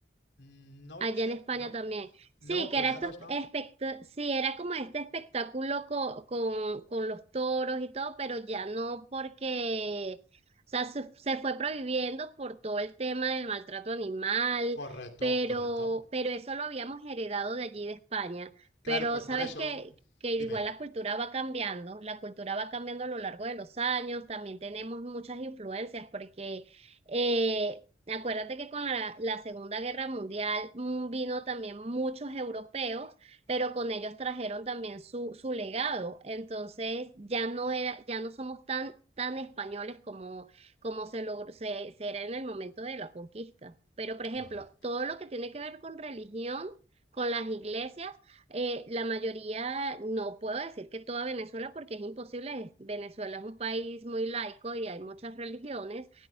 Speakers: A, on the left (about 80°); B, on the right (about 35°).
A: Mm, No
B: Allá
A: lo sé,
B: en España
A: no.
B: también. Sí,
A: No,
B: que
A: coleados
B: era estos
A: no.
B: espect- sí, era como este espectáculo co- con, con los toros y todo, pero ya no porque, o sea, se, se fue prohibiendo por todo el tema del maltrato animal,
A: Correcto,
B: pero,
A: correcto.
B: pero eso lo habíamos heredado de allí de España. Pero
A: Claro, pues
B: sabes
A: por eso,
B: que, que
A: dime.
B: igual la cultura va cambiando, la cultura va cambiando a lo largo de los años, también tenemos muchas influencias porque... eh, Acuérdate que con la, la Segunda Guerra Mundial mm, vino también muchos europeos, pero con ellos trajeron también su, su legado. Entonces ya no era, ya no somos tan, tan españoles como, como se logró, se, se era en el momento de la conquista. Pero, por ejemplo,
A: Correcto.
B: todo lo que tiene que ver con religión, con las iglesias, eh, la mayoría, no puedo decir que toda Venezuela, porque es imposible. Venezuela es un país muy laico y hay muchas religiones